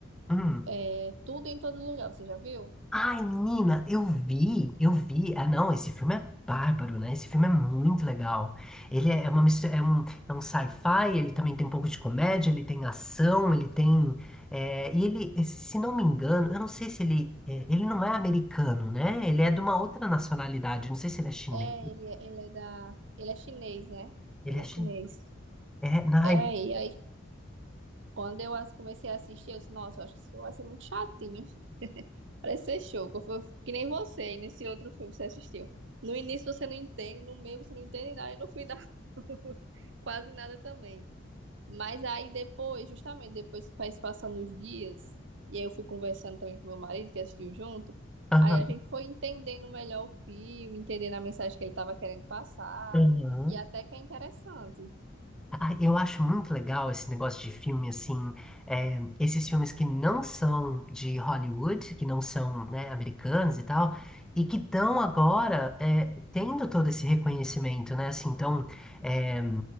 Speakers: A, in the centre; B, on the right.
A: Hum.
B: É Tudo em Todo Lugar, você já viu?
A: Ai, menina, eu vi, eu vi. Ah, não, esse filme é bárbaro, né? Esse filme é muito legal. Ele é é uma mistura, é um, é um sci-fi, ele também tem um pouco de comédia, ele tem ação, ele tem. é, e ele, se não me engano, eu não sei se ele. é, ele não é americano, né? Ele é de uma outra nacionalidade. Não sei se ele é chinês.
B: É, ele, é, ele é da, ele é chinês, né?
A: Ele
B: Ele
A: é
B: é
A: chinês.
B: chinês.
A: É, ai,
B: É, e aí quando eu as- comecei a assistir, eu disse, nossa, eu acho que isso vai ser muito chatinho. <laughs> Parece ser show, que eu fui- que nem você aí nesse outro filme que você assistiu. No início você não entende, no meio você não entende nada e no final <laughs> quase nada também. Mas aí depois, justamente depois que faz passando os dias, e aí eu fui conversando também com meu marido, que assistiu junto,
A: aham,
B: aí a gente foi entendendo melhor o filme, entendendo a mensagem que ele estava querendo passar,
A: aham.
B: e até que é interessante.
A: Ah, eu acho muito legal esse negócio de filme, assim, é, esses filmes que não são de Hollywood, que não são, né, americanos e tal, e que estão agora é, tendo todo esse reconhecimento, né, assim, então, é,